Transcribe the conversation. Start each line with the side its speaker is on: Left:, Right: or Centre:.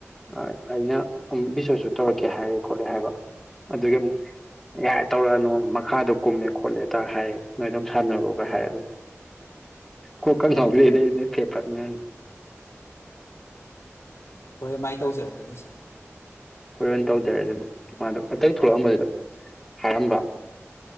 Centre: ꯑ ꯑꯩꯅ ꯑꯝ ꯕꯤꯁꯣꯁꯨ ꯇꯧꯔꯛꯀꯦ ꯍꯥꯏꯔꯦ ꯈꯣꯠꯂꯦ ꯍꯥꯏꯕ ꯑꯗꯨꯒꯤ ꯑꯃꯨꯛ ꯌꯥꯔ ꯇꯧꯔꯛꯑꯅꯨ ꯃꯈꯥꯗꯣ ꯀꯨꯝꯃꯦ ꯈꯣꯠꯂꯦꯗ ꯍꯥꯏ ꯅꯣꯏ ꯑꯗꯨꯝ ꯁꯥꯟꯅꯔꯣꯒ ꯍꯥꯏꯔ ꯀꯣꯀ ꯀꯥ ꯉꯥꯎꯖꯤꯗ ꯐꯦ ꯐꯠꯅꯤ
Left: ꯍꯣꯔꯦ ꯃꯥꯏꯅ ꯇꯧꯖꯔꯛꯀꯅꯤ ꯁꯥ
Centre: ꯍꯣꯔꯦꯟ ꯇꯧꯖꯔꯖꯅꯤ ꯃꯥꯗꯣ ꯑꯇꯩ ꯊꯣꯛꯂꯛꯑꯝꯕꯗꯨꯗ ꯊꯥꯔꯝꯕ